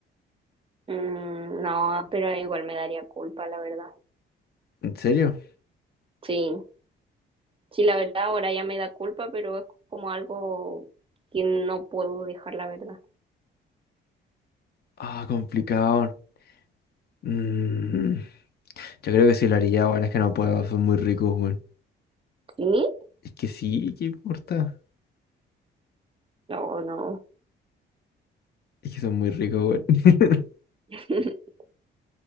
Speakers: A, on the right (about 25°); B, on the left (about 55°).
A: Mm, no, pero igual me daría culpa, la verdad.
B: ¿En serio?
A: Sí, sí, la verdad ahora ya me da culpa, pero es como algo que no puedo dejar, la verdad.
B: Ah, complicado. Mm, yo creo que sí lo haría, weón. Es que no puedo, son muy ricos, weón.
A: ¿Sí?
B: Es que sí, ¿qué importa?
A: No, no.
B: Es que son muy ricos, weón. <laughs>
A: <laughs>